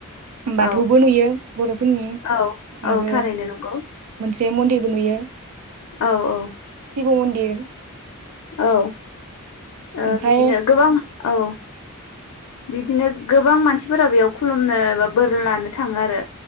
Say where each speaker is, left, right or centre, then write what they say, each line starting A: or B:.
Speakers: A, on the right (about 80°); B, on the left (about 90°).
A: बाथौबो
B: औ
A: नुयो बर'फोरनि
B: औ औ
A: आरो
B: थारैनो नंगौ
A: मोन से मन्दिरबो नुयो।
B: औ औ
A: शिब मन्दिर
B: औ ओ
A: ओमफ्राय
B: बिदिनो गोबां औ बिदिनो नो गोबां मानसिफोरा बेयाव खुलुमनो एबा बोर लानो थाङो आरो